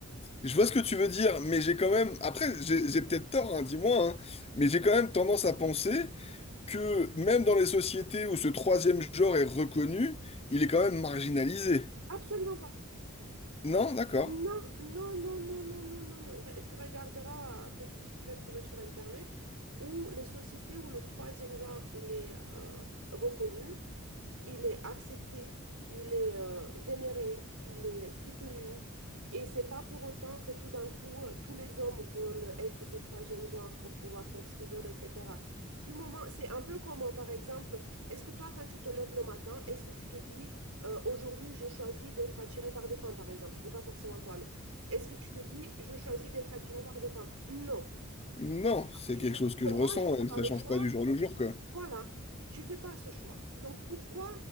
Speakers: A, on the left; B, on the right.
A: Je vois ce que tu veux dire, mais j'ai quand même... Après, j'ai j'ai peut-être tort, hein, dis-moi, hein, mais j'ai quand même tendance à penser que même dans les sociétés où ce troisième genre est reconnu, il est quand même marginalisé.
B: Absolument pas.
A: Non, d'accord.
B: Non, non, non, non, non, non, non. non. Re- Tu regarderas après ces discussions, si tu veux, sur Internet, où les sociétés où le troisième genre, il est euh, reconnu, il est accepté, il est euh, vénéré, il est soutenu. Et c'est pas pour autant que tout d'un coup, euh, tous les hommes veulent être ce troisième genre pour pouvoir faire ce qu'ils veulent, etc. Du moment, c'est un peu comme, euh, par exemple, est-ce que toi, quand tu te lèves le matin, est-ce que tu te dis, euh, aujourd'hui, je choisis d'être attiré par des femmes, par exemple? Je dis pas forcément toi, mais est-ce que tu te dis, je choisis d'être attiré par des femmes? Non.
A: Non, c'est
B: Tu
A: quelque
B: fais,
A: chose que je
B: moi,
A: ressens,
B: je fais
A: et
B: pas
A: que ça
B: le
A: change
B: choix.
A: pas du jour au jour, quoi.
B: Voilà, tu fais pas ce choix. Donc pourquoi